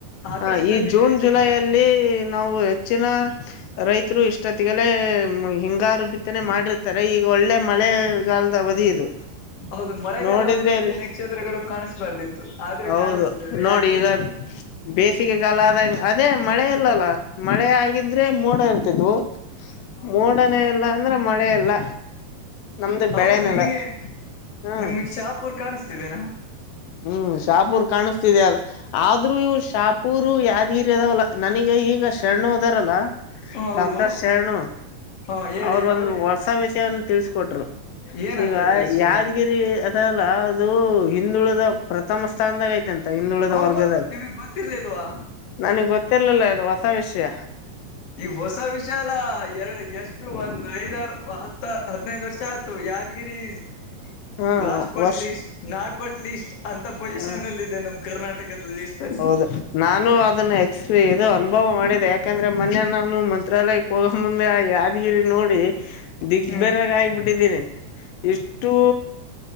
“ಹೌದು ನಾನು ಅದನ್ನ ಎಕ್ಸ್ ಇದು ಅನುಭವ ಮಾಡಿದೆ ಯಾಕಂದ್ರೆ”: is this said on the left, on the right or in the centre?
Left